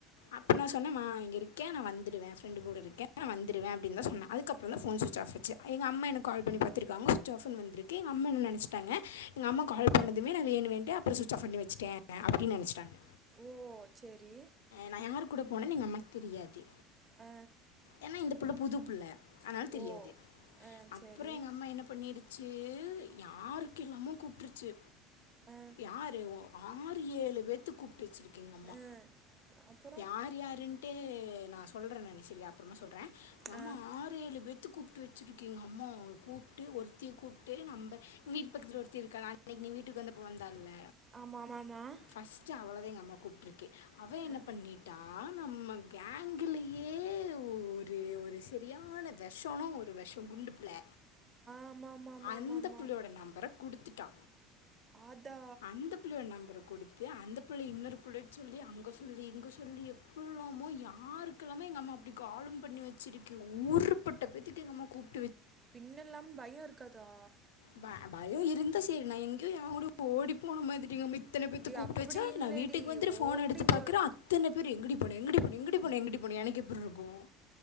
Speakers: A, on the left (about 65°); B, on the right (about 25°).
A: அப்போ நான் சொன்னமா இங்கே இருக்கே நான் வந்துடுவே ப்ரண்டு கூட இருக்கே நான் வந்துடுவே அப்டின்னுதா சொன்ன அதுக்கப்புற தா போன் ஸ்சுச் ஆப் எங்க அம்மா எனக்கு கால் பண்ணி பத்துருக்காங்க சுச் ஆப்னு வந்திருக்கு எங்க அம்மா நினைச்சிட்டாங்க எங்க அம்மா கால் பண்ணதுமே நான் வேணு வேண்டே அப்பறம் சுவிட்ச் ஆப் பண்ணிச்சிட்டே அப்புடின்னு நினைச்சிட்டாங்க
B: ஓ சரி
A: நான் யார் கூட போனேனு எங்க அம்மாக்கு தெரியாது
B: ஆ
A: ஏன்னா இந்த பிள்ள புது புள்ள அதனால தெரியாது
B: ஓ ஆ
A: அப்புறம்
B: சரி
A: எங்க அம்மா என்ன பண்ணி ச்சு யாருக்கு எல்லாமொ கூப்பிடிருச்சு
B: ஆ
A: யாரு ஆறு ஏழு பேர்த்து கூப்பிட்டு வச்சருக்கிகு எங்க அம்மா
B: ஆ அப்புறம்
A: யார் யாருன்ட்டு நான் சொல்றேன் நா சரி அப்பறமா சொல்றே நம்ம
B: ஆ
A: ஆறு ஏழு பேர் கூப்பிட்டு வச்சிருக்கீங்க அம்மா கூப்பிட்டு ஒருத்தி கூப்பிட்டு நம்ப வீட்டு பக்கத்துல ஒருத்தி இருக்குறாலே நீ வீட்டுக்கு வந்தப்ப வந்தால்ல
B: ஆமாம் ஆமாம்
A: பஸ்ட் அவ்ளோதா எங்க அம்மா கூப்பிட்ருக்கு அவ என்ன
B: ஆ
A: பண்ணிட்டா
B: <inaudible>
A: நம்ம கேங்கலேயே ஒரு ஒரு சரியான விஷம் ஒரு விஷம் குண்டுப்புள்ள
B: ஆமாம் ஆமாம் ஆமாம்
A: அந்த
B: ஆமாம்
A: பிள்ளையோட நம்பர குடுத்துட்டா
B: அதா
A: அந்த பிள்ளையோட நம்பர கொடுத்து அந்த பிள்ளை இன்னொரு பிள்ளையிட்ட சொல்லி அங்க போன் சொல்லி இங்கே சொல்லி எப்பல்லமோ யாருக்கெல்லாமோ எங்கள் அம்மா அப்படி கால் பண்ணி வச்சிருக்கு ஒரு பட்ட பேத்தக்கு எங்கம்மா கூப்
B: பின்னல்லாம் பயோ இருக்காதா
A: ப பயோ இருந்தா சரி நா எங்கேயோ எவ கூடயே ஓடி போன மாதிரிங்க இத்தனை பேத்த
B: டி
A: கூப்ட்டு
B: அப்படி
A: வச்சா
B: இல்லடி
A: நா வீட்டுக்கு வந்து ஃபோன்
B: ஓடி
A: எடுத்து பாக்குற
B: போகிறது
A: அத்தன பேர் எங்கடி போ போன எங்கடி போண எங்கடி போண எனக்கு எப்படி இருக்கும்